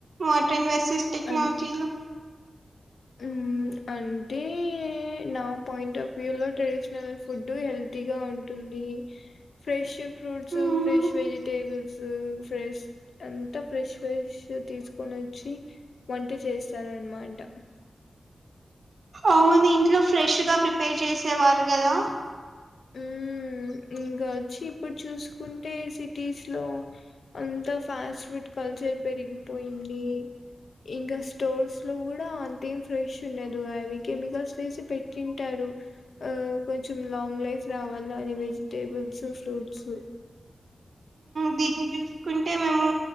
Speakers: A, on the right (about 65°); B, on the left (about 75°).
A: మోట్రన్ వెస్ చిస్ టెక్నాలజీలో
B: అన్ ఉమ్ అంటే నా పాయింట్ ఆఫ్ వ్యూ లో ట్రెడిషనల్ ఫుడ్ హెల్తీగా ఉంటు ది ఫ్రెష్ ఫ్రూట్స్
A: మ్మ్
B: ఫ్రెష్ వెజిటేబుల్సు ఫ్రెష్ ఆన్ తా ఫ్రెష్ ఫ్రెష్ తీసుకొనొ చ్చి వంట చేస్తారనమాట
A: అవునింట్లో ఫ్రెష్ గా ప్రిపేర్ చేసేవారు కదా
B: మ్మ్ ఇంకా వచ్చి ఇప్పుడు చూసుకుంటే సిటీస్ లో అంతా ఫాస్ట్ ఫుడ్ కల్చర్ పెరిగిపోయింది ఇంకా స్టోర్స్ లో కూడా అంతేం ఫ్రెష్ ఉన్నదు అవి కెమికల్స్ వేసి పెట్టింటా రు అ కొంచెం లాంగ్ లైఫ్ రావాలని వెజిటేబుల్సు ఫ్రూట్సు
A: దీన్ని జూస్కుంటే మేము